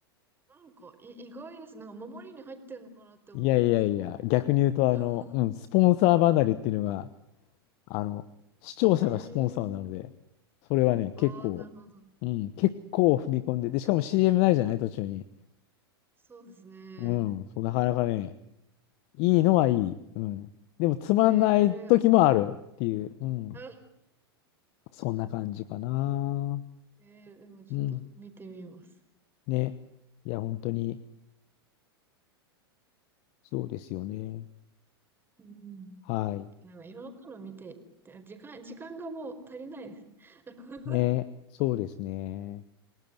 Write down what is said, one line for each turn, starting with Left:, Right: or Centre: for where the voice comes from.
Right: なんか、い、意外です。なんか、守りに入ってるのかなって思ってました。
Left: いやいやいや、逆に言うと、
Right: <laughs>
Left: あの、うん、スポンサー離れっていうのが、あの、視聴者がスポンサーなので、
Right: ええ
Left: それはね、結構、
Right: ああー、なるほど。
Left: うん、結構踏み込んで、で、しかも CM ないじゃない、途中に。
Right: そうですね。
Left: うん、そう、なかなかね、いいのはいい。うん。でも、つまんない時もあるっていう、
Right: ええ
Left: うん、
Right: あ、
Left: そんな感じかな。
Right: ええでもちょっと見てみます。
Left: うん、ね。いや、本当に、そうですよね。
Right: うん。
Left: はい。
Right: なんか、いろんなの見て、で時間、時間がもう足りないです。<laughs>
Left: ね、そうですね。